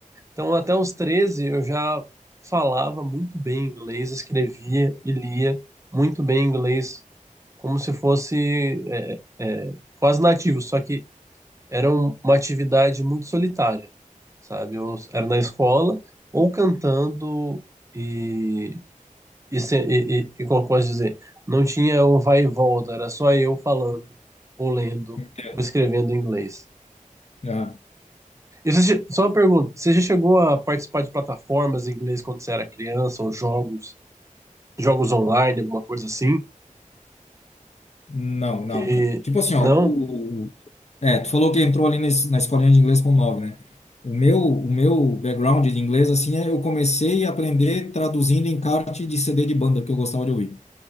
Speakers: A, on the right (about 20°); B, on the left (about 55°).
A: Então, até os 13 eu já falava muito bem inglês, escrevia e lia muito bem inglês, como se fosse é, é, quase nativo, só que era um- uma atividade muito solitária, sabe? Eu era na escola ou cantando e e, se- e, e, e como eu posso dizer, não tinha um vai e volta, era só eu falando, ou lendo,
B: entendo.
A: ou escrevendo em inglês.
B: Ah,
A: E você, já- só uma pergunta, você já chegou a participar de plataformas em inglês quando você era criança, ou jogos, jogos online, alguma coisa assim?
B: não, não,
A: Que
B: cara. Tipo assim,
A: não?
B: ó, o, É, tu falou que entrou ali nesse- na escolinha de inglês com nove, né? O meu, o meu background de inglês, assim, é eu comecei a aprender traduzindo encarte de CD de banda que eu gostava de ouvir.